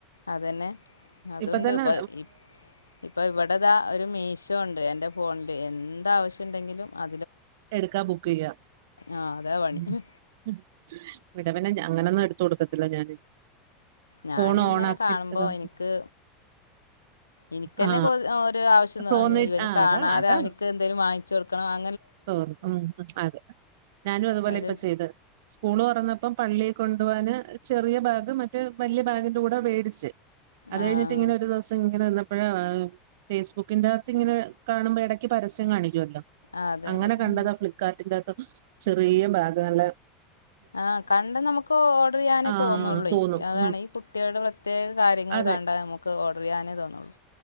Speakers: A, on the left; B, on the right.
A: അതെന്നെ, അതൂണ്ട്.
B: ഇപ്പൊ തന്നെ
A: പ്പൊ ഇ ഇപ്പൊ ഇവടതാ ഒരു മീശോ <unintelligible> എന്റെ ഫോണ്ല് എന്താവശ്യണ്ടെങ്കിലും അ
B: എട്ക്കാ ബുക്കെയ്യ,
A: ആ അതാ പണി
B: ഉം ഉം വടെ പിന്നെ ഞാ അങ്ങനൊന്നും എട്ത്ത് കൊട്ക്കത്തില്ല ഞാന്.
A: ഞാനിങ്ങനെ
B: ഫോൺ ഓൺ ആക്കിട്ടതാ
A: കാണുമ്പോ എനിക്ക്, എനിക്കന്നെ
B: ആ
A: കൊ ഓരോ ആവശ്യംന്ന്
B: തോന്നി
A: പർഞ്ഞ് ഇവന്
B: ആ
A: കാണാതെ
B: അതാ അതാ
A: അവന്ക്ക് എന്തേലും വാങ്ങിച്ചു കൊട്ക്കണം, അ
B: തോന്നും. ഉം അതെ, ഞാനും അതുപോലെ
A: ഒരു
B: ഇപ്പ ചെയ്ത്. സ്കൂള് തൊറന്നപ്പം പള്ളി കൊ ണ്ടോവാന് ചെറിയ ബാഗ് മറ്റേ വല്യ ബാഗിന്റെ കൂടെ വേടിച്ച്. അത്
A: ആഹ്
B: കഴിഞ്ഞിട്ട് ഇങ്ങനൊരു ദെവസം ഇങ്ങനെര്ന്നപ്പഴാ ഫേസ്ബുക്കിന്റാത്തിങ്ങനെ കാണുമ്പോ ഇടയ്ക്ക് പര സ്യം കാണിക്ക്യോല്ലോ.
A: അതെ
B: അങ്ങനെ
A: അതെ
B: കണ്ടതാ
A: ഉം
B: ഫ്ലിപ്കാർട്ടിൻ്റൊക്കെ ചെറിയ ബാഗ് അല്ലേ.
A: ആഹ്, കണ്ട നമക്ക് ഓർഡറെയ്യാനേ
B: ആഹ്
A: തോന്നൊള്ളയ്,
B: തോന്നും
A: അതാണ്
B: ഉം
A: ഈ കുട്ടിൾടെ പ്രത്യേക കാര്യങ്ങൾ
B: അതെ
A: ക കണ്ട നമുക്ക് ഓർഡർ ചെയ്യാനേ തോന്നൊള്ളൂ.